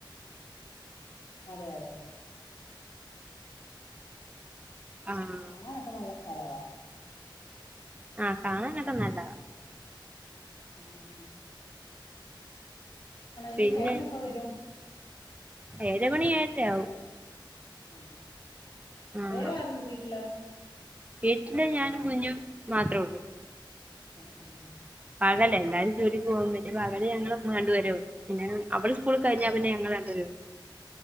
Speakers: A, on the left; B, on the right.
A: അതെ അതെ.
B: ആഹ്
A: കാണാനക്കെ നല്ല സ്ഥലവാ.
B: ആഹ് കാണാനൊക്കെ നല്ലതാ
A: ആഹ് ആഹ്
B: പിന്നെ
A: ഇനി ചേട്ടനെപ്പ വരും
B: ഏഴ് മണി ഏഴാരാ ആവും
A: ആ
B: ആഹ്
A: വേരാ ആരുണ്ട് വീട്ടില്
B: വീട്ടില് ഞാനും കുഞ്ഞും മാത്ര ഉള്ളൂ
A: ആഹ് ആഹ്
B: പകല് എല്ലരും ജോലി പോകുംപത്തിന് പകല് ഞങ്ങൾ രണ്ട് പേരേള്ളൂ പിന്നെ അവള് സ്കൂൾ കഴിഞ്ഞാ പിന്നെ ഞങ്ങൾ രണ്ടുപേരെള്ളൂ